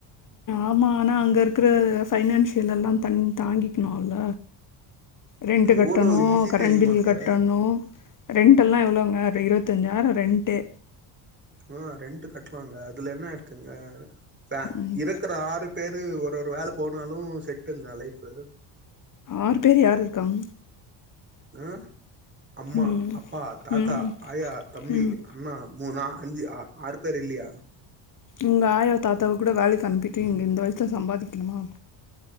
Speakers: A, on the left; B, on the right.
A: ஆமா ஆனா அங்க இருக்கற பைனான்சியல் எல்லாந் தன் தாங்கிக்கிணு இல்ல ரெண்ட்டு
B: எவ்ளோ
A: கட்டணு
B: ஈஸி
A: கரண்ட்
B: தெரியுமாங்க?
A: பில்லு கட்டணு ரெண்டெல்லா எவ்ளோங்க ரெ இருவத்தஞ்சாயிரோ ரெண்ட்டே
B: அ ரெண்ட்டு கட்லாங்க அதுல என்ன இருக்குங்க வே
A: ம்
B: இருக்கற ஆறுப் பேரு ஒரு ஒரு வேலப் போனாலு செட்டுங்க லைஃபு
A: ஆறு பேரு யார் இருக்காங்
B: அ அம்மா
A: ம்
B: அப்பா தாத்தா
A: ம்
B: ஆயா தம்பி
A: ம்
B: அண்ணா மூ நா அஞ்சு ஆறு பேரு இல்லியா
A: உங்க ஆயா தாத்தாவக் கூட வேலைக்கு அனுப்பிட்டு இங்க இந்த வயசுல சம்பாதிக்கணுமா